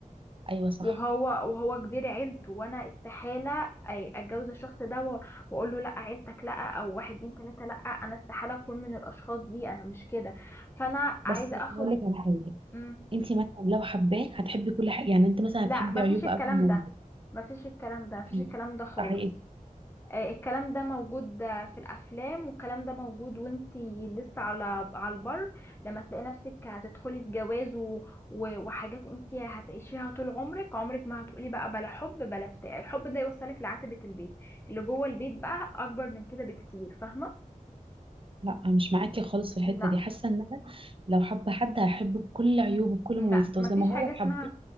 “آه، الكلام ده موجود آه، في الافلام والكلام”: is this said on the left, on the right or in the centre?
Left